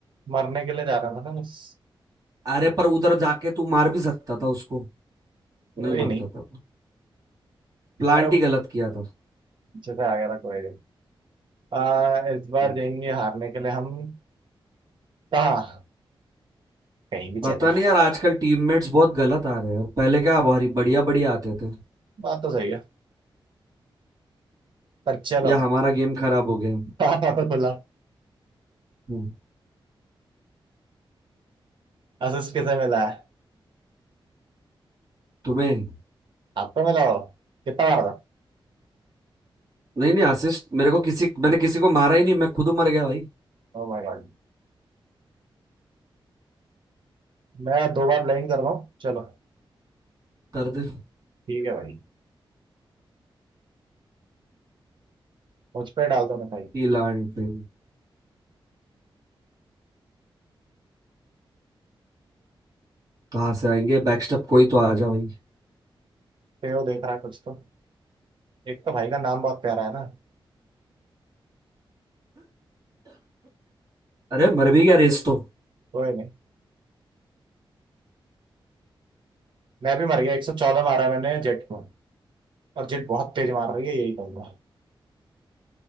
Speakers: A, on the right (about 60°); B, on the right (about 40°).
A: मरने के लिए जा रहा था ना बस
B: अरे पर उधर जाके तू मार भी सकता था उसको
A: कोई
B: नहीं मारता
A: नहीं
B: था प्लांट
A: अरे वो
B: ही गलत किया था
A: पीछे से आ गया था कोई नहीं आ, इस बार
B: हम्म।
A: जाएंगे हारने के लिए हम कहाँ कहीं भी
B: पता
A: चलो
B: नहीं यार आजकल टीममेट्स बहुत गलत आ रहे हैं यार पहले क्या भारी बढ़िया बढ़िया आते थे
A: बात तो सही है पर चलो
B: या
A: <laughs>
B: हमारा गेम खराब हो गया
A: पापा तो खुला
B: हम्म।
A: असिस किसे मिला है
B: तुम्हें
A: आपको मिला हो कितना बार था
B: नहीं नहीं असिस्ट मेरे को किसी मैंने किसी को मारा ही नहीं मैं खुद मर गया भाई
A: Oh my God मैं दो बार ब्लाइंड कर रहा हूँ चलो
B: दर्द
A: ठीक है भाई मुझ पे डाल दो मैं भाई
B: की लान पे कहाँ से आएंगे बैकस्टेप कोई तो आ जा भाई
A: तेरे देख रहा है कुछ तो एक तो भाई का नाम बहुत प्यारा है ना
B: अरे मर भी गया रेस तो
A: कोई नहीं मैं भी मर गया एक सौ चौदह मारा मैंने जेट को और जेट बहुत तेज मार रही है यही कहूंगा